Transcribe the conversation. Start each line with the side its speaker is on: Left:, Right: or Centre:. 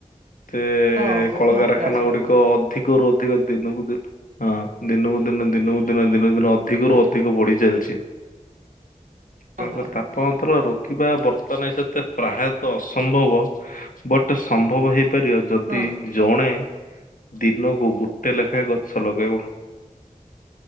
Left: ସେ
Right: ହଁ ବହୁତ
Left: କଳକାରଖାନା
Right: ମାତ୍ରାରେ
Left: ଗୁଡିକ ଅଧିକରୁୁ ଅଧିକ ଦିନକୁ ଦିନ ହଁ ଦିନକୁ ଦିନ ଦିନକୁ ଦିନ ଦିନକୁ ଦିନ ଅଧିକରୁ ଅଧିକ ବଢି ଚାଲିଛି।
Right: <inaudible>
Left: ତେଣୁକରି
Right: ହଁ
Left: ତାପମାତ୍ର ରୋକିବା ବ ତ ନାହିଁ ସେତେ ପ୍ରାୟତଃ ଅସମ୍ଭବ ବଟ ସମ୍ଭବ ହେଇପାରିବ ଯଦି
Right: ହଁ।
Left: ଜଣେ ଦିନକୁ ଗୋଟେ ଲେଖାଏଁ ଗଛ ଲଗେଇବ।